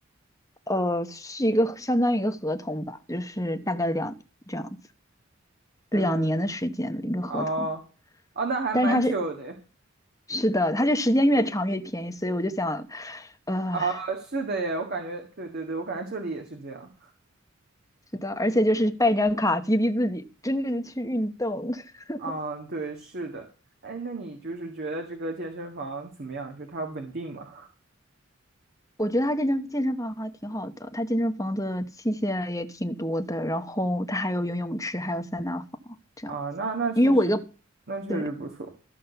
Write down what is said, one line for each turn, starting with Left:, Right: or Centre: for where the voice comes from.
Left: 呃，是一个相当于一个合同吧，就是大概两这样子，
Right: 嗯，
Left: 两年的时间的一个合同。
Right: 哦，哦，那还蛮久的耶
Left: 但是它是是的，它就时间越长越便宜，所以我就想，呃。
Right: 啊，是的耶，我感觉，对对对，我感觉这里也是这样。
Left: 是的，而且就是办一张卡激励自己，真正的去运动。<laughs>
Right: 啊，对，是的。哎，那你就是觉得这个健身房怎么样？就它稳定吗？
Left: 我觉得他这张健身房还挺好的，他健身房的器械也挺多的，然后他还有游泳池，还有桑拿房这样。
Right: 啊，那那确实，
Left: 因为我一个，
Right: 那确实不错。
Left: 对，